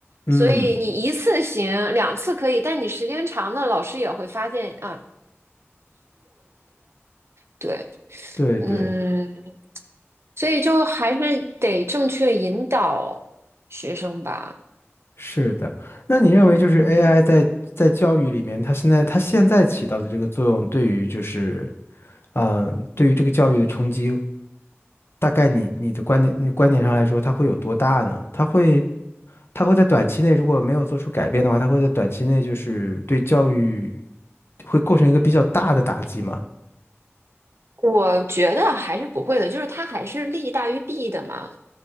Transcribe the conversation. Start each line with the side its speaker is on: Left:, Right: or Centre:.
Left: 嗯，
Right: 所以你一次行，两次可以，但你时间长了，老师也会发现啊，对，
Left: 对对，
Right: 嗯，所以就还是得正确引导学生吧。
Left: 是的。那你认为就是 AI
Right: 嗯，
Left: 在在教育里面，它现在它现在起到的这个作用，对于就是呃，对于这个教育的冲击，大概你你的观点你观点上来说，它会有多大呢？它会它会在短期内如果没有做出改变的话，它会在短期内就是对教育会构成一个比较大的打击吗？
Right: 我觉得还是不会的，就是他还是利大于弊的嘛。